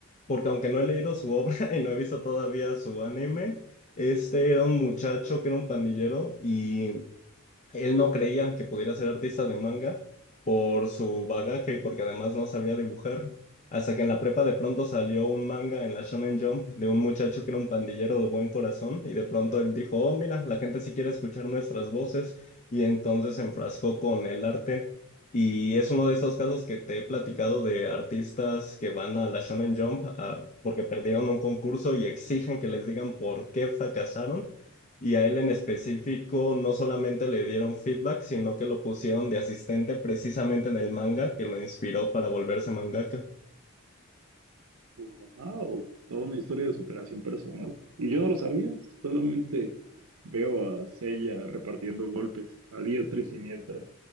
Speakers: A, on the left; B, on the right.
A: Porque aunque no he leído su obra <laughs> y no he visto todavía su anime, este era un muchacho que era un pandillero y él no creía que pudiera ser artista de manga por su bagaje y porque además no sabía dibujar. Hasta que en la prepa de pronto salió un manga en la Shonen Jump de un muchacho que era un pandillero de buen corazón y de pronto él dijo, oh mira, la gente sí quiere escuchar nuestras voces y entonces se enfrascó con el arte. Y es uno de estos casos que te he platicado de artistas que van a la Shonen Jump ah, porque perdieron un concurso y exigen que les digan por qué fracasaron y a él en específico no solamente le dieron feedback, sino que lo pusieron de asistente precisamente en el manga que lo inspiró para volverse mangaka.
B: Wow, toda una historia de superación personal. Y yo no lo sabía, solamente veo a Sella repartiendo golpes a diestra y siniestra.